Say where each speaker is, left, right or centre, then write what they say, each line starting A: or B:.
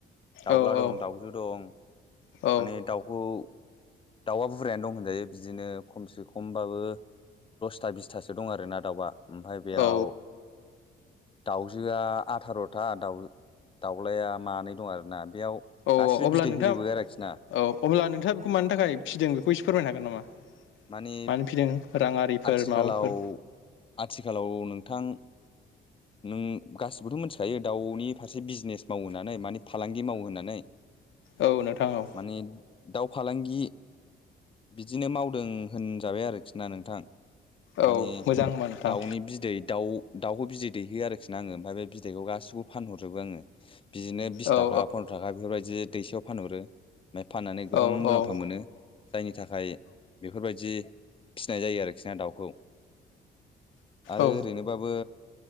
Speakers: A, on the left (about 25°); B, on the left (about 75°).
A: दाउला
B: औ औ
A: दं दाउजु दं
B: औ
A: माने दाउखौ दाउआ बुरजायानो दं होनजायो बिदिनो खमसे खमबाबो दसथा बिसथासो दं आरोना दाउआ ओमफ्राय बेयाव
B: औ
A: दाउजोआ आथार' थथा दाउ दाउलाया मानै दं आरोना बेयाव
B: औ
A: गासिबो
B: अब्ला
A: बिदै
B: नोंथां
A: होजोबो आरोखि ना
B: औ अब्ला नोंथाङा बेखौ मानि थाखाय फिसिदों बेखौ एसे फोरमायनो हागोन नामा
A: माने
B: मानो फिदों राङारिफोर
A: आथिखालाव
B: माबाफोर
A: आथिखालाव नों थां नों गासिबोथ' मिथिखायो दाउनि फारसे बिजनेस मावहोनानै माने फालांगि माव होनोनानै
B: औ नोंथां औ
A: माने दााव फालांगि बिदिनो माव फोरों होनजाबाय आरोखि ना नोंथां
B: औ
A: माने
B: मोजां होनबा नोंथां
A: दाउनि बिदै दाउ दाउखौ बिदै दैहो आरोखि ना आङो ओमफ्राय बे बिदैखौ गासिखौबो फानहरजोबो आङो बिदिनो बिस
B: औ
A: थाखा फन्द्र' थाखा बेफोरबायदि ज दैसेायाव फानहरो ओमफ्राय फाननानै
B: औ
A: गोबां
B: औ
A: मुलाम्फा
B: औ
A: मोनो जायनि थाखाय बेफोरबायाददि फिसिनाय जायो आरोखि ना दाउखौ आरो
B: औ
A: ओरैनोबाबो